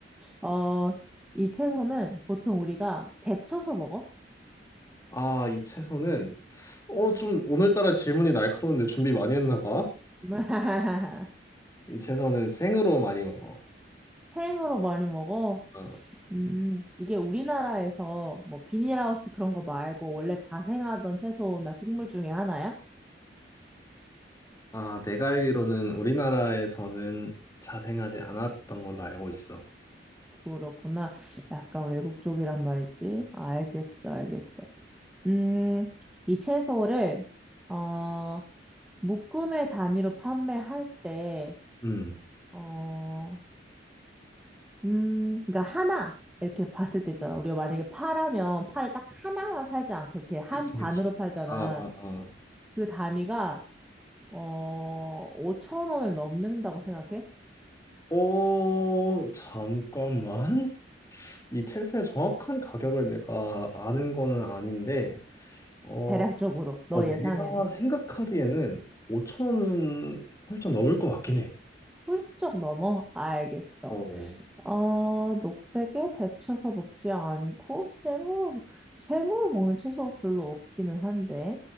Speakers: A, in the centre; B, on the left (about 20°).
A: 어, 이 채소는 보통 우리가 데쳐서 먹어?
B: 아, 이 채소는 어, 좀 오늘따라 질문이 날카로운데 준비 많이 했나 봐.
A: <laughs>
B: 이 채소는 생으로 많이 먹어.
A: 생으로 많이 먹어?
B: 어,
A: 음, 이게 우리나라에서 뭐 비닐하우스 그런 거 말고 원래 자생하던 채소나 식물 중에 하나야?
B: 아, 내가 알기로는 우리나라에서는 자생하지 않았던 걸로 알고 있어.
A: 그렇구나. 약간 외국 쪽이란 말이지. 알겠어, 알겠어. 음, 이 채소를, 어, 묶음의 단위로 판매할 때,
B: 음.
A: 어, 음, 그러니까 하나, 이렇게 봤을 때 있잖아. 우리가 만약에 파라면 파를 딱 하나만 팔지 않고 이렇게 한
B: 그치,
A: 단으로
B: 그치.
A: 팔잖아.
B: 아, 아, 아.
A: 그 단위가, 어, 5천 원을 넘는다고 생각해?
B: 오, 잠깐만. 이 책의 정확한 가격을 내가 아는 거는 아닌데, 어,
A: 대략적으로, 너
B: 어, 내가
A: 예상해서.
B: 생각하기에는 5천 원은 훌쩍 넘을 것 같긴 해.
A: 훌쩍 넘어? 알겠어.
B: 어,
A: 어, 녹색에 데쳐서 먹지 않고 생으로, 먹- 생으로 먹는 채소가 별로 없기는 한데.